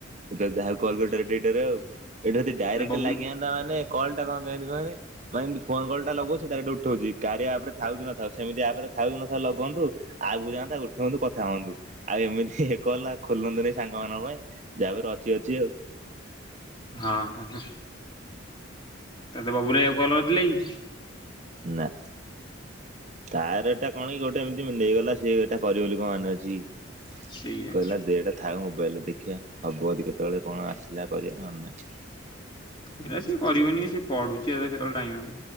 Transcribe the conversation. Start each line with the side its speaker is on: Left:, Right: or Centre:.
Right: ଯାହା
Left: ହୁଁ
Right: କଲଟ ଆଉ ଏଇଟା ଯଦି ଡାଇରେକକ୍ଟ ଏଇଟାରେ ଆଉ। ଏଇଟାରେ ଯଦି ଡାଇରେକ୍ଟ
Left: ବବୁଲ
Right: ଲାଗିଯାନ୍ତା ମାନେ କଲ୍ ଟା କଣ କହନ୍ତି କହନି। ମାନେ ମିତି ଫୋନ କଲଟା ଲଗବ ସେ ଡାଇରେକ୍ଟ ଉଠାଉଛି। କାରିଆ ଆପ ଥାଉ କି ନଥାଉ ସେମିତି ଆପ ଥା କି ନଥାଉ ଲଗନ୍ତୁ। ଆଗକୁ ଯାଆନ୍ତା ଉଠନ୍ତୁ କଥା ହୁଅନ୍ତୁ। ଆଉ ଏମିତି ଇ କଲା ଖୋଲନ୍ତୁ ନାଇ ସାଙ୍ଗ ମାନଙ୍କ ପାଇଁ। ଯାହାକରେ ଅଛି ଅଛି ଆଉ।
Left: ହଁ ହଁ ହ ତତେ ବବୁଲୁ ଭାଇ ଆଉ କଲ କରିଥିଲେ କି?
Right: ନା। ତାର ଏଟା କଣ କି ଗୋଟେ ଏମିତି ନେଇଗଲା। ସିଏ ଏଇଟା କରିବ ବୋଲି କଣ ମାନେ ଅଛି କି।
Left: ସେଇଆ
Right: କହିଲା ଦିଟା ଥାଉ ମୋବାଇଲରେ ଦେଖିବା। ହବ ଯଦି କେତେବେଳେ କଣ ଆସିଲା କରିବା ନହଲେ ନାଇଁ।
Left: ହେରା ସିଏ କରିବନି ସେ ପଢୁଛି। କେତେବେଳେ ଟାଇମ୍ ହବ।